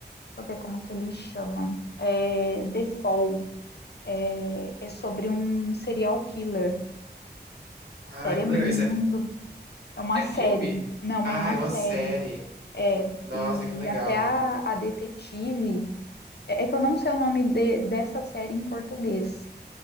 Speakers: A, on the left (about 70°); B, on the right (about 65°).
A: eu ver como que ele chama, é, The Fall. É, é sobre um serial killer. A
B: Ai,
A: série
B: que
A: é muito.
B: legal. Isso é,
A: É uma
B: é
A: série.
B: filme?
A: Não,
B: Ah,
A: é uma
B: é
A: série.
B: uma série.
A: É.
B: Nossa,
A: E
B: que legal.
A: até a, a detetive. É, é que eu não sei o nome de- dessa série em português.